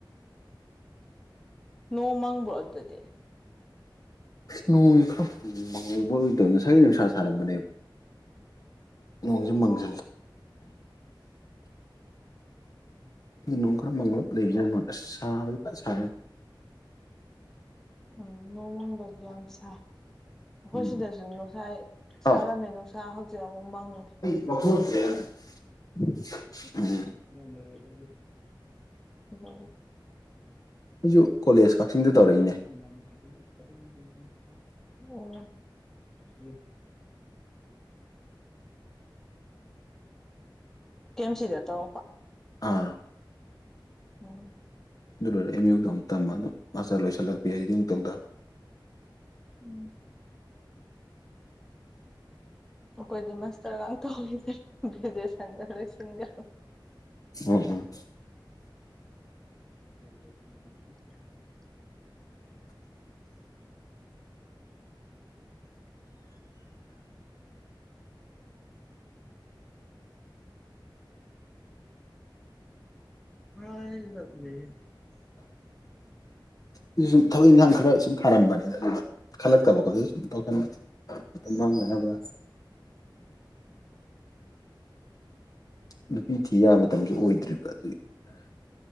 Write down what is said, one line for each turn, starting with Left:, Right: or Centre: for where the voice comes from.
Centre: ꯅꯣꯡ ꯃꯪꯕ꯭ꯔꯣ ꯑꯗꯨꯗꯤ
Left: ꯅꯣꯡꯖꯦ ꯈꯔ ꯃꯪꯕꯣꯏ ꯇꯧꯏ ꯉꯁꯥꯏꯒꯩꯗꯨ ꯅꯨꯡꯁꯥ ꯁꯥꯔꯝꯕꯅꯦꯕ ꯅꯣꯡꯖꯤ
Centre: ꯎꯝ
Left: ꯃꯥꯡꯖꯜꯂꯦ ꯑꯩꯗꯤ ꯅꯣꯡ ꯈꯔ ꯃꯪꯂꯞ ꯂꯩꯕꯁꯤꯅ
Centre: ꯑꯧ
Left: ꯅꯨꯉꯥꯏ ꯑꯁ ꯁꯥꯕꯗꯤ ꯐꯖꯅ ꯁꯥꯏꯍ‌ꯦ
Centre: ꯎꯝ ꯅꯣꯡꯃꯪꯗꯔꯗꯤ ꯌꯥꯝ ꯁꯥꯏ ꯑꯩꯈꯣꯏ
Left: ꯎꯝ
Centre: ꯁꯤꯗꯁꯨ ꯅꯨꯡꯁꯥ ꯁꯥꯔꯝꯃꯦ
Left: ꯑꯥꯎ
Centre: ꯅꯨꯡꯁꯥ ꯍꯧꯖꯤꯛ ꯑꯃꯨꯛ ꯃꯪꯉꯦ
Left: <unintelligible>
Centre: <unintelligible>
Left: ꯎꯝ ꯑꯩꯁꯨ ꯀꯣꯂꯦꯖ ꯀꯛꯆꯤꯡꯗ ꯇꯧꯔꯛꯏꯅꯦ
Centre: ꯎ <unintelligible> ꯑꯣ <unintelligible> ꯀꯦ ꯑ‌ꯦꯝ ꯁꯤꯗ ꯇꯧꯔꯛꯄ
Left: ꯑꯥ
Centre: ꯑꫭ
Left: ꯑꯗꯨ ꯂꯣꯏꯔ ꯑꯦꯝ ꯌꯨꯗ ꯑꯃꯨꯛ ꯇꯝꯕ ꯑꯗꯨꯝ ꯃꯥꯁꯇꯔ ꯂꯣꯏꯁꯤꯜꯂ ꯄꯤ ꯍꯩꯁ ꯗꯤ ꯃꯨꯛ ꯇꯧꯗꯕ
Centre: ꯎꯝ ꯑꯩꯈꯣꯏꯗꯤ ꯃꯁꯇꯔꯒꯇꯣꯛꯈꯤꯗ꯭ꯔꯦ ꯒ꯭ꯔꯦꯖꯨꯁꯟꯗ ꯂꯣꯏꯁꯤꯟꯒ꯭ꯔꯦ
Left: ꯎꯝ ꯎꯝ
Centre: <unintelligible> ꯉꯥꯢꯔꯒ ꯂꯩꯌꯦ
Left: ꯑꯩ ꯁꯨꯝ ꯊꯕꯛ ꯏꯟꯒꯥꯡ ꯈꯔ ꯁꯨꯝ ꯊꯥꯔꯝꯕꯅꯤꯗ ꯑꯗꯨꯗ ꯈꯜꯂꯛꯇꯕ ꯈꯣꯠꯄꯗ ꯁꯨꯝ ꯇꯧꯁꯟꯕꯅꯤ ꯃꯇꯥꯝ ꯃꯥꯡꯗꯅꯕ ꯅꯨꯄꯤ ꯊꯤ ꯌꯥ ꯃꯇꯝꯁꯨ ꯑꯣꯏꯗ꯭ꯔꯤꯕ ꯑꯗꯨꯒꯤ